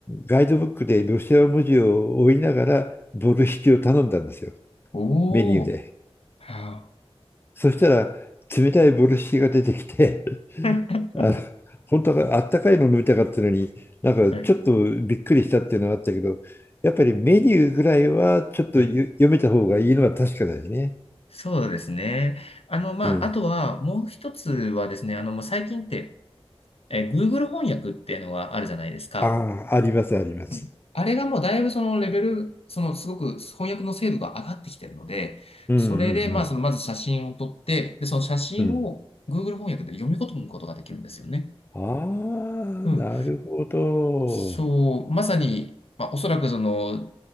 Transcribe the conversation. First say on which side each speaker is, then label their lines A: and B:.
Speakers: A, on the left; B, on the left.
A: ガイドブックでロシア文字を追いながら、ボルシチを頼んだんですよ、
B: おー、
A: メニューで。
B: は
A: そしたら、冷たいボルシチが出てきて、
B: あ <laughs>。
A: あ、本当はあったかいの飲みたかったのに、なんかちょっとびっくりしたっていうのはあったけど、
B: はい
A: やっぱりメニューぐらいはちょっとゆ読めた方がいいのは確かだよね。
B: はいそうですね。あの、まあ、
A: うん。
B: あとは、もう一つはですね、あの、もう最近って、えー、Google 翻訳っていうのがあるじゃないですか。
A: ああ、あります、あります。
B: うんあれがもうだいぶそのレベル、そのすごく翻訳の精度が上がってきてるので、
A: うんう
B: それでまあそのまず写真を撮って、
A: ん
B: で、その写真を
A: うん。うん。
B: Google 翻訳で読み込むことができるんですよね。
A: ああ、
B: うん。
A: なるほど。
B: そう、まさに、まあ、おそらくその、